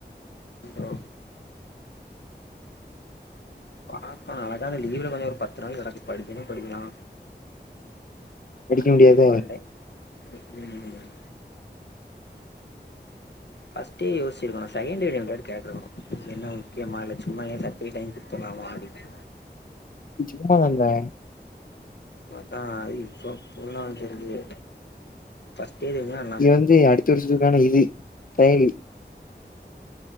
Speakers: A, on the left; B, on the left.
A: ஓ பாத்தா அழகான லீவ்ல கொஞ்சு ஒரு பத்து நாள் கெடக்கு படிக்கணு படிக்கலா
B: படிக்க முடியாத
A: வீட்டு பாண்டே உ ம் ஃபஸ்ட்டே யோசிர்க்குணு செகண்டே ரெண்டாட்டி கேட்ருக்கணு என்ன முக்யமால்ல ச்சும்மாயே சத் போய் டைம் குடுத்தலாமா அப்டின்னு
B: சும்மா தான்டா
A: அதா இப்ப போலா தெரிலயே ஃபர்ஸ்ட்டே எதனா
B: இது வந்து அடுத்த வருஷத்துக்கான இது ட்ரையல்